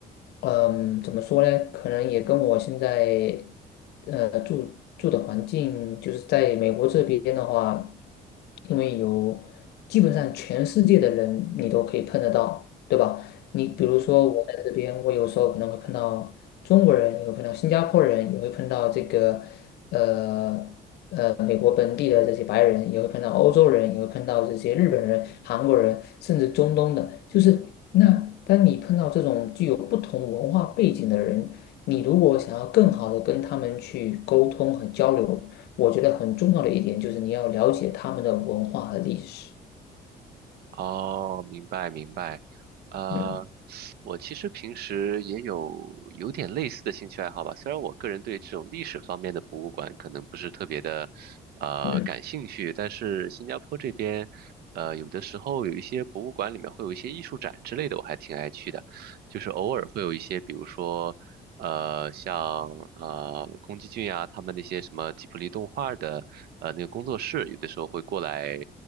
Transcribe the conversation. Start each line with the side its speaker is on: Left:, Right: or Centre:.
Left: 嗯、怎么说呢？可能也跟我现在，呃，住住的环境，就是在美国这边的话，因为有基本上全世界的人你都可以碰得到。对吧？你比如说，我在这边，我有时候可能会碰到中国人，也会碰到新加坡人，也会碰到这个呃呃美国本地的这些白人，也会碰到欧洲人，也会碰到这些日本人、韩国人，甚至中东的。就是那当你碰到这种具有不同文化背景的人，你如果想要更好的跟他们去沟通和交流，我觉得很重要的一点就是你要了解他们的文化和历史。
Right: 哦，明白明白，呃，
Left: 嗯
Right: 我其实平时也有有点类似的兴趣爱好吧，虽然我个人对这种历史方面的博物馆可能不是特别的呃感兴趣，
Left: 嗯。
Right: 但是新加坡这边呃有的时候有一些博物馆里面会有一些艺术展之类的，我还挺爱去的，就是偶尔会有一些，比如说呃像呃宫崎骏啊他们那些什么吉卜力动画的呃那个工作室，有的时候会过来